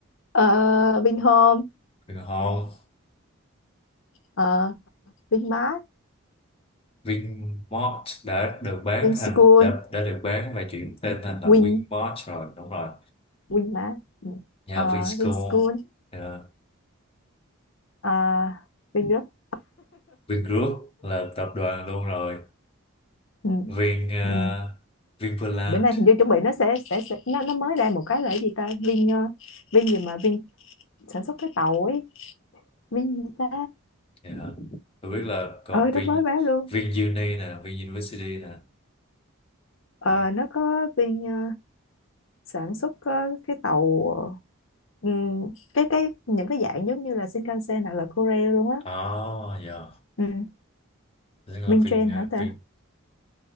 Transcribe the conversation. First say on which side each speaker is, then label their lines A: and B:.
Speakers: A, on the left; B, on the left.
A: ờ Vinhome
B: Vin Home
A: ờ Vinmart
B: Vinmart đã được bán
A: Vinschool
B: thành đã, đã được bán và chuyển tên thành là
A: Win
B: Vinmart rồi đúng rồi
A: Winmart ừ.
B: nhà
A: ờ
B: Vinschool
A: Vinschool
B: ờ,
A: ờ Vingroup
B: Vingroup là tập đoàn luôn rồi
A: ừ.
B: Vin uh,
A: Ừ.
B: Vinpearland
A: bữa nay hình như chuẩn bị nó sẽ sẽ, sẽ nó, nó mới ra một cái là cái gì ta Vin ờ, Vin gì mà Vin sản xuất cái tàu ấy Vin gì ta
B: dạ. tôi biết là còn
A: ờ
B: Vin
A: nó mới bán luôn
B: VinUni nè VinUniversity nè
A: ờ,
B: Đó.
A: nó có viên ờ, sản xuất ờ, cái tàu ờ, ừm, cái cái những cái dạng giống như là Shinkansen hoặc là Korail luôn á
B: à dạ
A: ừ.
B: tức là
A: Minh
B: Vin
A: train
B: ờ,
A: hả ta
B: Vin